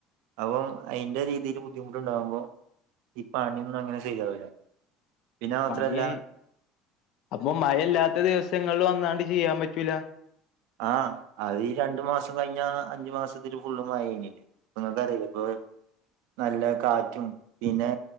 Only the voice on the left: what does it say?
പണി അപ്പൊ മഴയില്ലാത്ത ദിവസങ്ങളിൽ വന്നാണ്ട് ചെയ്യൻ പറ്റൂല